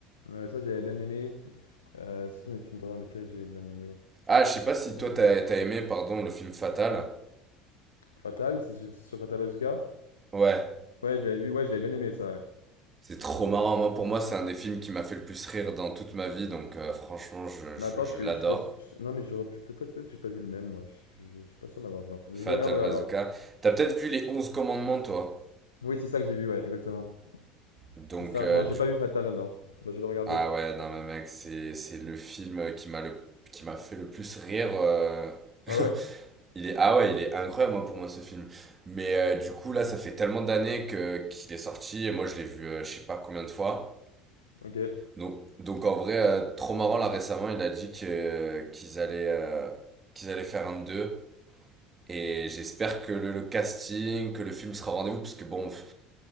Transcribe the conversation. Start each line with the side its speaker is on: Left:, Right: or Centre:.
Left: Ouais, ça, j'avais bien aimé. Euh, c'est dans les films d'horreur lesquels j'ai bien aimé.
Right: Ah, je sais pas si
Left: Euh,
Right: toi, t'as, t'as aimé, pardon, le film Fatal.
Left: Fatal, c'est sur, c'est sur Fatal Bazooka?
Right: Ouais,
Left: Ouais, je l'avais vu, ouais, j'avais bien aimé ça, ouais.
Right: c'est trop marrant. Moi, pour moi, c'est un des films qui m'a fait le plus rire dans toute ma vie, donc euh, franchement, je,
Left: Mais
Right: je,
Left: attends,
Right: je
Left: je, suis-
Right: l'adore.
Left: je suis pas. su- je- non, mais j'aurais peut-être pas, peut-être que j'ai pas vu le même, moi. Je, je- je suis pas sûr de l'avoir vu en fait.
Right: Fatal
Left: Je le regarderai
Right: Bazooka.
Left: alors.
Right: T'as peut-être vu les onze commandements, toi.
Left: Oui, c'est ça que j'ai vu, ouais, exactement.
Right: Donc,
Left: C'est ça.
Right: euh,
Left: Non, j'ai
Right: du
Left: pas vu Fatal alors. Bah, je vais le regarder.
Right: Ah ouais, non mais mec, c'est c'est le film qui m'a le qui m'a fait le plus rire. euh.
Left: Ah
Right: <laughs>
Left: ouais?
Right: Il est ah ouais, il est incroyable moi, pour moi ce film. Mais euh, du coup là, ça fait tellement d'années que qu'il est sorti et moi je l'ai vu euh, je sais pas combien de fois.
Left: Ok.
Right: Donc donc en vrai euh, trop marrant là récemment, il a dit que qu'ils allaient euh, qu'ils allaient faire un 2 et j'espère que le, le casting, que le film sera au rendez-vous parce que bon f-